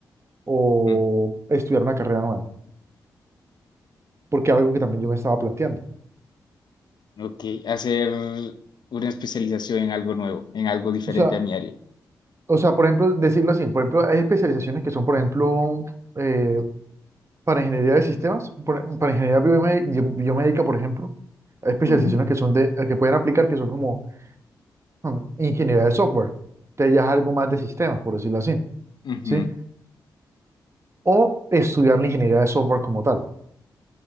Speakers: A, on the right; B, on the left.
A: o
B: Ujú.
A: estudiar una carrera nueva, porque algo que también yo me estaba planteando.
B: Ok, hacer una especialización en algo nuevo, en algo diferente
A: O sea,
B: a mi área.
A: o sea, por ejemplo, decirlo así, por ejemplo, hay especializaciones que son, por ejemplo, eh, para ingeniería de sistemas, por- para ingeniería biomé- bio- biomédica, por ejemplo, hay
B: Ujú.
A: especializaciones que son de, que pueden aplicar que son como mm, ingeniería de software, que ya es algo más de sistemas, por decirlo así.
B: Ujú.
A: ¿sí? o estudiar la ingeniería de software como tal.